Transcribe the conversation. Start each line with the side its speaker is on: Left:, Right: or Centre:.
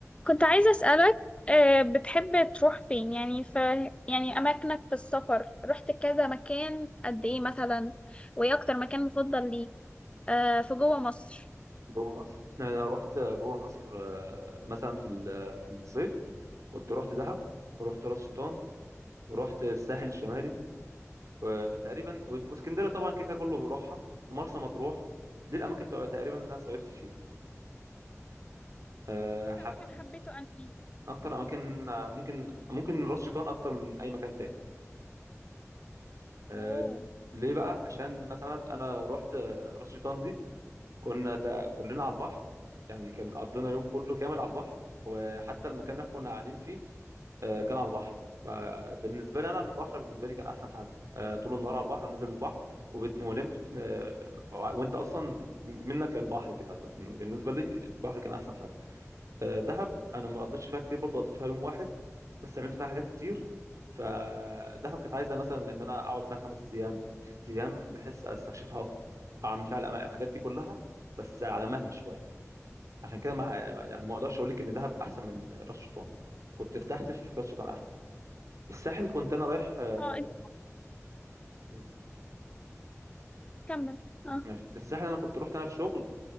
Left: كنت عايزة أسألك آه، بتحب تروح فين يعني في يعني أماكنك في السفر رحت كذا مكان قد إيه مثلا وإيه أكتر مكان مفضل ليك آه، في جوه مصر
Right: جوه مصر انا رحت جوه مصر آه، مثلا في ال- آه، في الصيف كنت رحت دهب ورحت راس شيطان ورحت الساحل الشمالي وتقريبا وس- واسكندريه طبعا كيكا كله بيروحها ومرسى مطروح دي الاماكن تق- تقريبا اللي انا صيفت فيها آه،
Left: أكتر
Right: حب
Left: مكان حبيته أنهي
Right: اكتر اماكن آه، ممكن ممكن راس شيطان اكتر من اي مكان تاني آه،
Left: أوه
Right: ليه بقى عشان مثلا انا رحت آه، راس شيطان دي كنا تا... كلنا على البحر يعني كان قضينا يوم كله كامل على البحر وحتى المكان اللي احنا كنا قاعدين فيه آه، كان على البحر فبالنسبة لي أنا البحر بالنسبة لي كان أحسن حاجة آه، طول النهار على البحر نزل البحر وب- ونمت في وأنت أصلا منك للبحر كده فكان بالنسبة لي البحر كان أحسن حاجة آه، دهب انا ما قضيتش فيها كتير برضه قضيت فيها يوم واحد بس عملت فيها حاجات كتير فدهب كانت عايزه مثلا ان انا اقعد فيها خمس ايام ست ايام بحس استكشفها اكتر اعمل فيها الأما- الحاجات دي كلها بس على مهلي شويه عشان كده ما يعني ما اقدرش اقول لك ان دهب احسن من راس شيطان كنت ارتحت في راس شيطان احسن الساحل كنت انا رايح آه،
Left: أه أنت
Right: مم.
Left: كمل أه
Right: ماشي. الساحل انا كنت رحت انا في شغل